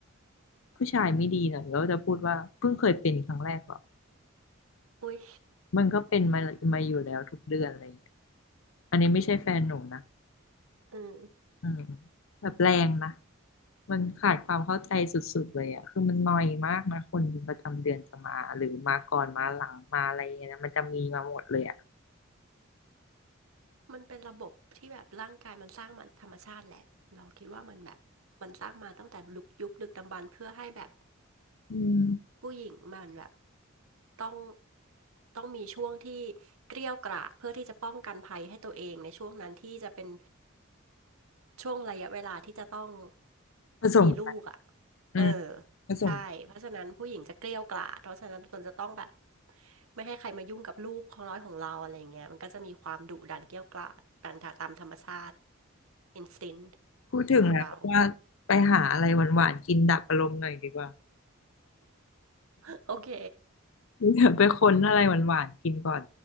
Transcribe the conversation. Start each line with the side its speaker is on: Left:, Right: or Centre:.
Left: ผู้ชายไม่ดีหน่อยก็จะพูดว่าเพิ่งเคยเป็นครั้งแรกเหรอ
Right: อุ๊ย
Left: มันก็เป็นมามาอยู่แล้วทุกเดือนอะไรอย่างเงี้ยอันนี้ไม่ใช่แฟนหนูนะ
Right: อืม
Left: อืมแบบแรงนะมันขาดความเข้าใจสุดๆเลยอะคือมันนอยมากนะคนประจำเดือนจะมาหรือมาก่อนมาหลังมาอะไรอย่างเงี้ยนะมันจะมีมาหมดเลยอะ
Right: มันเป็นระบบที่แบบร่างกายมันสร้างมาธรรมชาติแหละเราคิดว่ามันแบบมันสร้างมาตั้งแต่ยุคยุคดึกดำบรรพ์เพื่อให้แบบ
Left: อืม
Right: ผู้หญิงมันแบบต้องต้องมีช่วงที่เกรี้ยวกราดเพื่อที่จะป้องกันภัยให้ตัวเองในช่วงนั้นที่จะเป็น ช่วงระยะเวลาที่จะต้อง
Left: ผสมกัน
Right: มีลูกอ่ะ
Left: อืม
Right: เออ
Left: ผสม
Right: ใช่เพราะฉะนั้นผู้หญิงจะเกรี้ยวกล่อมเพราะฉะนั้นตนจะต้องแบบไม่ให้ใครมายุ่งกับลูกของน้อยของเราอะไรเงี้ยมันก็จะมีความดุดันเกรี้ยวกล่อมดันตามธรรมชาติ instinct
Left: พูดถึงแล้วว่าไปหาอะไรหวานๆกินดับอารมณ์หน่อยดีกว่า
Right: ของเรา <laughs> โอเค
Left: <laughs> เดี๋ยวไปค้นอะไรหวานๆกินก่อน